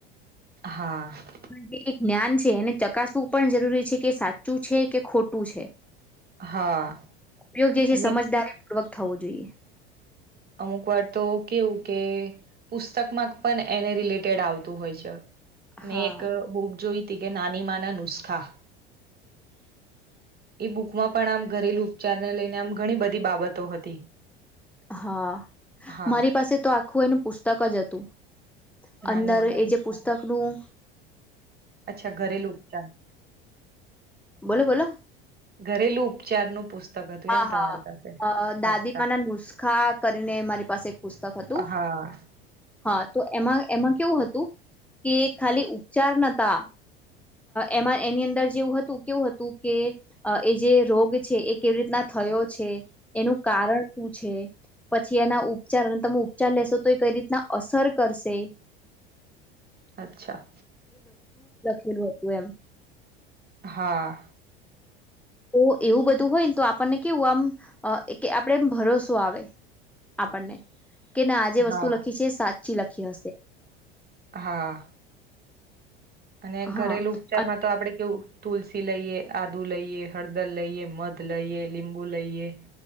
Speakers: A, on the right; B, in the centre.
A: હા
B: છે જ્ઞાન છે એને ચકાસવું પણ જરૂરી કે સાચું છે કે ખોટું છે
A: હા
B: ઉપયોગ જે છે
A: અને
B: સમજદારી પૂવક થવું જોઈએ.
A: અમુક વાર તો કેવું કે પુસ્તકમાં પણ એને રિલેટેડ આવતું હોય છે. મેં
B: હા
A: એક બુક જોઈ ત કે નાની માના નુસ્ખા
B: <inaudible>
A: એ બુકમાં પણ આમ ઘરેલુ ઉપચારને લઈને આમ ઘણી બધી બાબતો હતી.
B: હા
A: હા
B: મારી પાસે તો આખું એને પુસ્તક જ હતું.
A: નાની
B: અંદર
A: માના
B: એ
A: નુસ્ખા
B: જે પુસ્તક નું
A: અચ્છા ઘરેલ ચ
B: બોલો બોલો.
A: ઘરેલુ ઉપચાર નું પુસ્તક હતું
B: હા
A: એમ તમારી
B: હા
A: પાસે
B: અ દાદીમાના
A: અચ્છા
B: નુસખા કરીને મારી પાસે એક પુસ્તક હતું.
A: હા
B: હા તો એમાં એમાં કેવું હતું કે ખાલી ઉપચાર નતા. એમાં એની અંદર જેવું હતું કેવું હતું કે એ જે રોગ છે એ કેવી રીતના થયો છે એનું કારણ શું? પછી એના ઉપચાર અને તમે ઉપચાર લેશો તો એ કઈ રીતના અસર કરશે. <inaudible>
A: અચ્છા.
B: પ એમ
A: હા.
B: તો એવું બધું હોયને તો આપણને કેવું આમ કે આપડે એમ ભરોસો આવે. આપણને કે ના આ જેે
A: હા
B: વસ્તુ લખી છે સાચી લખી હશે.
A: હા. અને
B: હા
A: ઘરેલુ ઉપચાર
B: અ-
A: માં તો આપડે કેવું તુલસી લઈએ આદુ લઈએ હળદર લઈએ મધ લઈએ લીંબુ લઈએ.